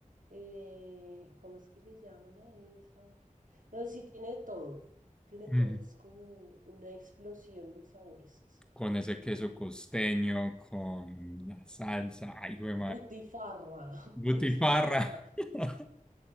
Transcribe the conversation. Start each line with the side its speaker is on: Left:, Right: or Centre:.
Right: eh, ¿cómo es que le llaman a eso? No, sí, tiene todo, tiene
Centre: Mm,
Right: todo, es como una explosión de sabores.
Centre: Con ese queso costeño, con la salsa, ay, güey,
Right: Butifarra, <laughs>
Centre: Butifarra.
Right: butifarra.
Centre: <laughs>